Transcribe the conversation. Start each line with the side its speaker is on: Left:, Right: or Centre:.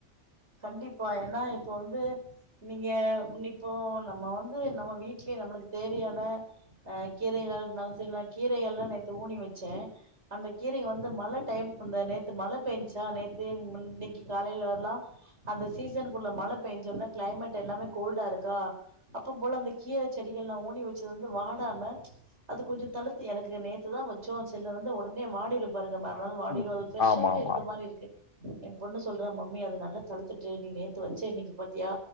Right: கண்டிப்பா ஏன்னா இப்போ வந்து நீங்க இப்போ நம்ம வந்து நம்ம வீட்லியே நம்மளுக்கு தேவையான அ கீரைகள் இருந்தாலும் சேரி நா கீரைகள் எல்லா நேத்து ஊனி வெச்சே அந்த கீரைகள் வந்து மழ டைம் இந்த நேத்து மழ பேஞ்சா நேத்து இன்னிக்கு காலைல எல்லா அந்த சீசனுக்குள்ள மழ பேஞ்சொன்ன கிளைமேட் எல்லாமே கோல்டா இருக்கா அப்ப போல அந்த கீர செடிகள்ல்லா ஊனி வெச்சது வந்து வாடாம அது கொஞ்சோ தழுத்து எனக்கு நேத்துதா வெச்சோ செல்ல வந்து ஒடனே வாடிரு பாருங்க ம அதனால வாடிரு
Left: ம்
Right: அது ஃப்ரஷ்ஷாவே
Left: ஆமா ஆமா
Right: இருக்க மாரி இருக்கு எ பொண்ணு சொல்றா மம்மி அது நல்லத் பழுத்துட்டு நீ நேத்து வெச்ச இன்னிக்கு பாத்தியா